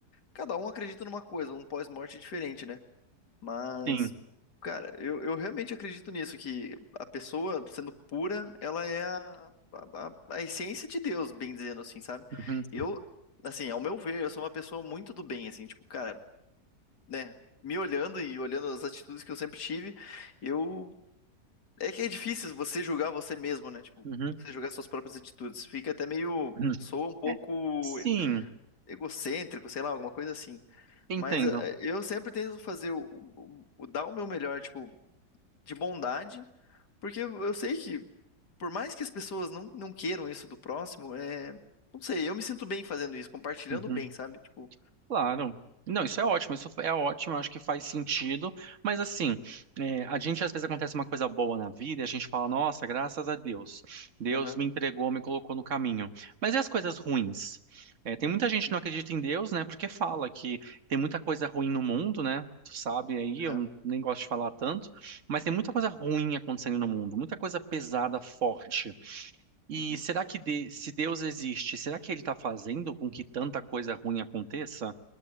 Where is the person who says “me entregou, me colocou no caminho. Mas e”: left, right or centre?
Right